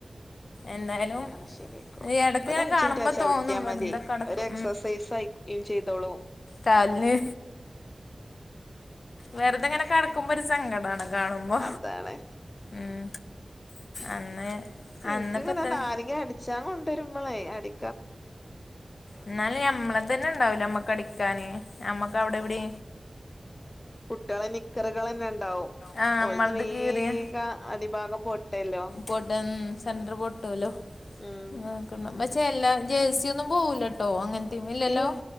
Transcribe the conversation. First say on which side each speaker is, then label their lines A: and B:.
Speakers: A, on the left; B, on the left.
A: എന്തായാലും
B: അ അങ്ങനെ ശരിയായിക്കോളും.
A: ഇടക്ക്
B: ഒരഞ്ചിൻറ്റത്
A: ഇങ്ങനെ കാണുമ്പോ
B: ചവുട്ടിയാ
A: തോന്നും വെറുതെ
B: മതി
A: കടക്കും
B: ഒരെക്സസൈസായിക്കോ ൽ ചെയ്തോളും.
A: കാല്ല് വെറുതിങ്ങനെ കെടക്കുമ്പൊരു സങ്കടാണൽ കാണുമ്പോ
B: അതാണ്
A: ഉം അന്ന്
B: ഇനിക്കിങ്ങനന്നാരെങ്ങി
A: അന്നിപ്പോ എത്ര
B: അടിച്ചാൻ കൊണ്ടരുമ്പളേ അടി
A: എന്നാല് ഞമ്മളതന്നെണ്ടാവൂലേ നമ്മക്കടിക്കാന് നമ്മക്കവിടെവിടീ
B: കുട്ടികള നിക്കറ്കളന്നെ ഇണ്ടാവും.
A: ആ നമ്മളത്
B: ഓൽത് വേഗാ
A: കീറിയ
B: അടിഭാഗം പൊട്ടല്ലോ?
A: പൊടന്ന് സെന്റർ പൊട്ടുവല്ലോ
B: ഉം
A: <unintelligible>
B: അതന്നെ
A: അ ജേഴ്സിയൊന്നും പോവൂലട്ടോ അങ്ങനത്തിമ്മ ഇല്ലല്ലോ
B: ഇല്ല